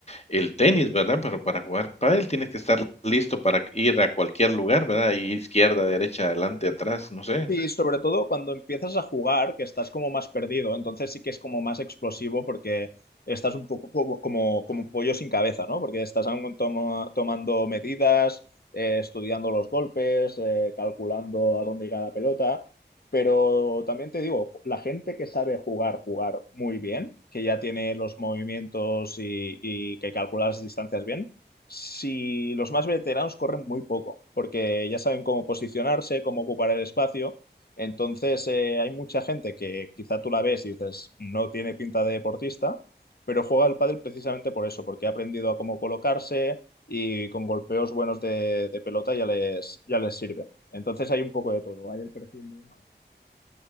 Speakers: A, on the left (about 35°); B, on the left (about 60°).
A: el tenis, ¿verdad? Pero para jugar pádel tienes que estar listo para ir a cualquier lugar, ¿verdad? Y Izquierda, derecha, adelante, atrás, no sé.
B: Sí, sobre todo cuando empiezas a jugar, que estás como más perdido, entonces sí que es como más explosivo porque estás un poco como, como, como un pollo sin cabeza, ¿no? Porque estás aún tomo- tomando medidas, eh, estudiando los golpes, eh, calculando a dónde irá la pelota, pero también te digo, la gente que sabe jugar, jugar muy bien, que ya tiene los movimientos y, y que calcula las distancias bien si los más veteranos corren muy poco, porque ya saben cómo posicionarse, cómo ocupar el espacio, entonces, eh, hay mucha gente que quizá tú la ves y dices, no tiene pinta de deportista, pero juega al pádel precisamente por eso, porque ha aprendido a cómo colocarse y con golpeos buenos de, de pelota ya les, ya les sirve. Entonces, hay un poco de todo, hay el perfil nuevo.